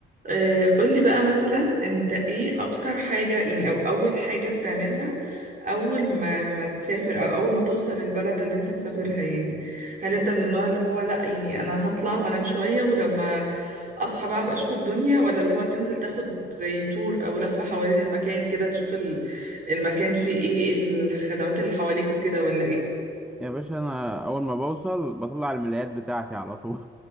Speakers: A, on the right; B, in the centre.
A: آه، قولي بقى مثلا انت ايه اكتر حاجة يعني او اول حاجة بتعملها اول ما ما تسافر او اول ما توصل للبلد اللي انت مسافرها يعني هل انت من النوع اللي هو لا يعني انا هطلع وانام شوية ولما اصحى بقى ابقى اشوف الدنيا ولا اللي هو تنزل تاخد زي تور او لفة حوالين المكان كده تشوف ال- المكان فيه ايه ايه الخدمات اللي حواليك وكده ولا ايه
B: يا باشا انا اول ما بوصل بطلع الملايات بتاعتي على طول